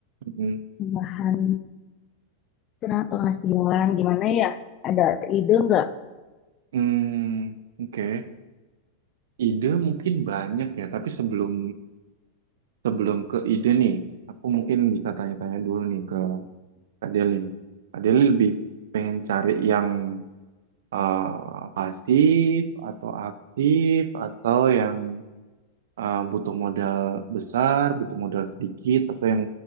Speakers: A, on the right (about 60°); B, on the left (about 35°).
A: hmm,
B: tambahan pena- penghasilan. Gimana ya? Ada ide nggak?
A: hmm, oke. Ide mungkin banyak ya, tapi sebelum sebelum ke ide nih, aku mungkin bisa tanya-tanya dulu nih ke Kak Deli nih. Kak Deli lebih pengen cari yang eh, pasif atau aktif atau yang eh, butuh modal besar, butuh modal sedikit, atau yang